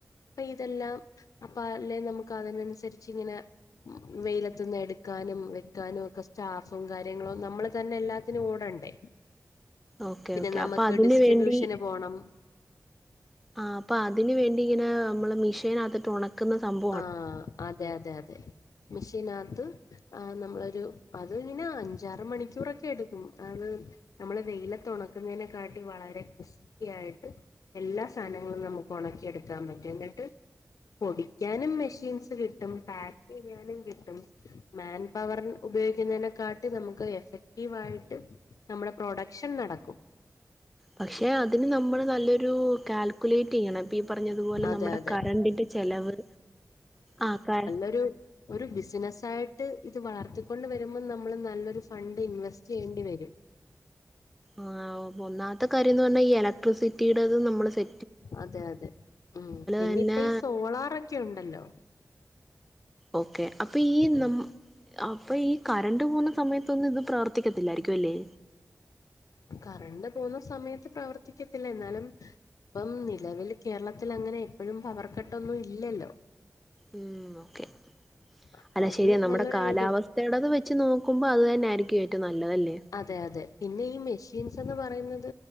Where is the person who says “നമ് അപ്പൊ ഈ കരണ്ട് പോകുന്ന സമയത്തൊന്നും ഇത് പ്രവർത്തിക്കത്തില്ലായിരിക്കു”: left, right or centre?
Centre